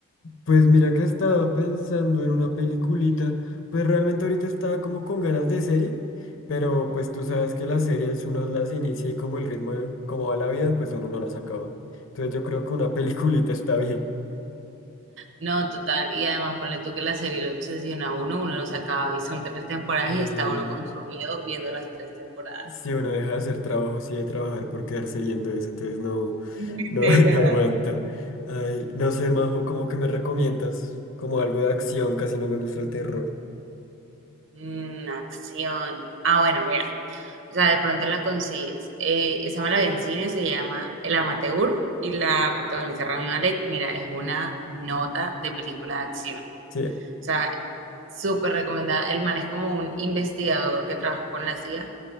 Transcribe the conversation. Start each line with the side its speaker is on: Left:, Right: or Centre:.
Left: Pues mira que estaba pensando en una peliculita, pues realmente ahorita estaba como con ganas de serie, pero pues tú sabes que las series uno las inicia y como el ritmo de cómo va la vida, pues uno no las acaba. Entonces yo creo que una <laughs> peliculita está bien.
Right: No, total. Y además, ponle tú que la serie lo obsesiona a uno, uno no se acaba. Y son tres temporadas
Left: Y
Right: y está uno consumido viendo las tres temporadas.
Left: si uno deja de hacer trabajo, sí de trabajar por quedarse viendo eso, entonces no,
Right: Literal.
Left: no, <laughs> no aguanta. Ay, no sé, Majo, ¿cómo que me recomiendas como algo de acción, casi no me gusta el terror.
Right: Mm, acción. Ah, bueno, mira. O sea, de pronto la consigues. Eh, esa me la vi en cine, se llama El Amateur y la protagoniza Rami Malek. Mira, es una nota de película de acción.
Left: Sí.
Right: O sea, súper recomendada. El man es como un investigador que trabaja con la CIA